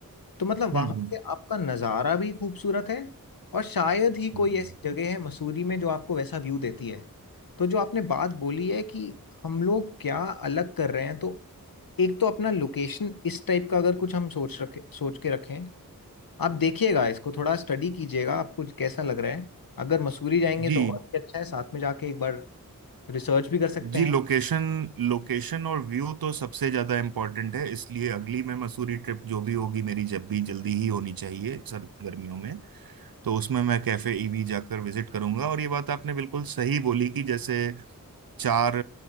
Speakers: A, on the left (about 80°); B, on the right (about 85°).
A: तो मतलब
B: हम्म
A: वहाँ
B: हम्म
A: से आपका नज़ारा भी खूबसूरत है और शायद ही
B: हम्म,
A: कोई ऐसी जगह है मसूरी में जो आपको वैसा व्यू देती है तो जो आपने बात बोली है कि हम लोग क्या अलग कर रहे हैं तो एक तो अपना लोकेशन इस टाइप का अगर कुछ हम सोच रखे सोच के रखें आप देखिएगा इसको थोड़ा स्टडी कीजिएगा आपको कैसा लग रहा है अगर मसूरी जाएंगे
B: जी
A: तो और भी अच्छा है साथ में जाके एक बार रिसर्च भी कर सकते
B: जी
A: हैं
B: लोकेशन लोकेशन और व्यू तो सबसे ज्यादा इम्पोर्टेंट है इसलिए अगली मैं मसूरी ट्रिप जो भी होगी मेरी जब भी जल्दी ही होनी चाहिए सर गर्मियों में तो उसमें मैं कैफे ईवी जाकर विजिट करूंगा और ये बात आपने बिल्कुल सही बोली कि जैसे चार